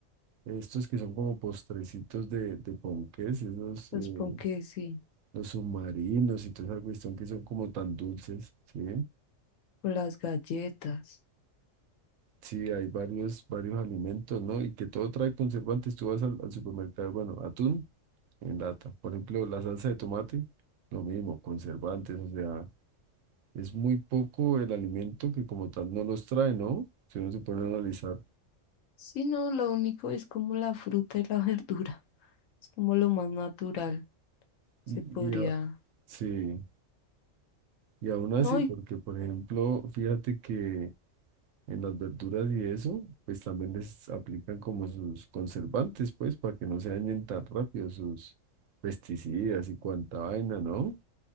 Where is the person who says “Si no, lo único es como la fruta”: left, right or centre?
Left